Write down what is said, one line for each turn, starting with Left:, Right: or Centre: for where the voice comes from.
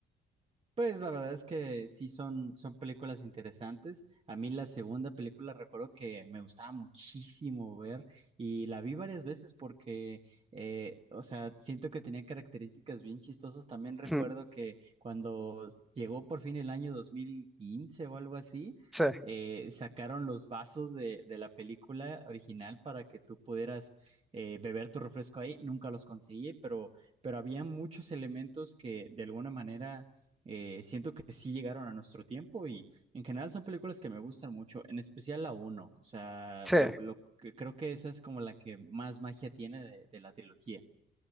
Right: Pues la verdad es que sí son, son películas interesantes. A mí la segunda película recuerdo que me gustaba muchísimo ver y la vi varias veces porque, eh, o sea, siento que tenía características bien chistosas. También recuerdo
Centre: <laughs>
Right: que cuando s- llegó por fin el año 2015 o algo así,
Centre: Sí,
Right: eh, sacaron los vasos de, de la película original para que tú pudieras eh, beber tu refresco ahí. Nunca los conseguí, pero, pero había muchos elementos que de alguna manera eh, siento que sí llegaron a nuestro tiempo y en general son películas que me gustan mucho, en especial la uno O sea,
Centre: sí.
Right: lo, lo que creo que esa es como la que más magia tiene de, de la trilogía.